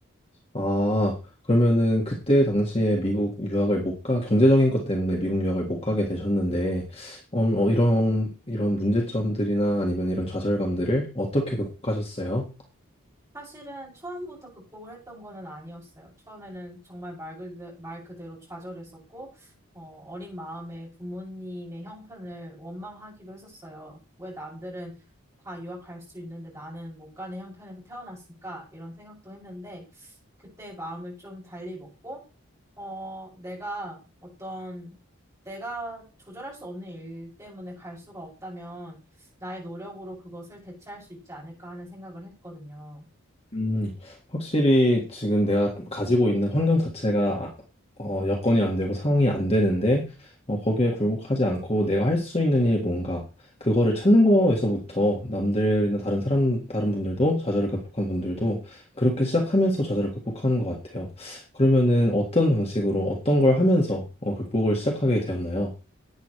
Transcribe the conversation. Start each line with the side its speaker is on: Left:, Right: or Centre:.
Left: 아, 그러면은 그때 당시에 미국 유학을 못 가, 경제적인 것 때문에 미국 유학을 못 가게 되셨는데, 음, 어, 이런, 이런 문제점들이나 아니면 이런 좌절감들을 어떻게 극복하셨어요?
Right: 사실은 처음부터 극복을 했던 거는 아니었어요. 처음에는 정말 말 그대로, 말 그대로 좌절했었고, 어, 어린 마음에 부모님의 형편을 원망하기도 했었어요. 왜 남들은 다 유학 갈 수 있는데 나는 못 가는 형편에서 태어났을까? 이런 생각도 했는데, 그때 마음을 좀 달리 먹고, 어, 내가 어떤, 내가 조절할 수 없는 일 때문에 갈 수가 없다면, 나의 노력으로 그것을 대체할 수 있지 않을까 하는 생각을 했거든요.
Left: 음, 확실히 지금 내가 가지고 있는 환경 자체가 아- 어, 여건이 안 되고 상황이 안 되는데 어, 거기에 굴복하지 않고 내가 할 수 있는 일이 뭔가 그거를 찾는 거에서부터 남들이나 다른 사람 다른 분들도 좌절을 극복한 분들도 그렇게 시작하면서 좌절을 극복하는 것 같아요. 그러면은 어떤 방식으로 어떤 걸 하면서 어, 극복을 시작하게 되었나요?